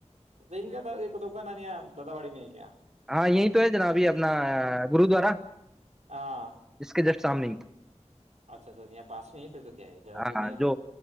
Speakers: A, on the right; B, in the centre.
A: ان کا ان دادا بڑی مک ہے
B: ہاں یہی تو ہے جناب یہ اپنا گرودوارا
A: ہاں
B: اس کے جسٹ سامنے
A: اچھا اچھا یہاں پاس میں ہی پھر تو کیا ہے زیادہ
B: ہاں
A: دور نہیں ہے
B: جو
A: تو